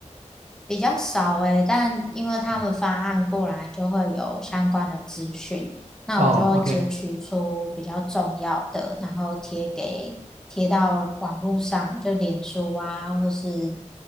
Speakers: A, in the centre; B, on the right.
A: 比较少诶，但因为他们发案过来就会有相关的资讯，
B: 嗯
A: 那我就截取出比较重要的，
B: 哦，OK，
A: 然后贴给贴到网络上，就脸书啊，或是